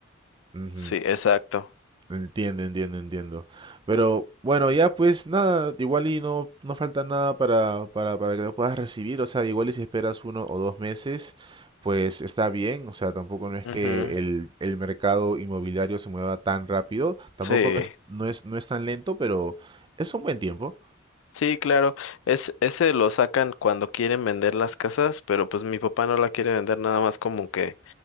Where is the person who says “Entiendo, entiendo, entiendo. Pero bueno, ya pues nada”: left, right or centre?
Right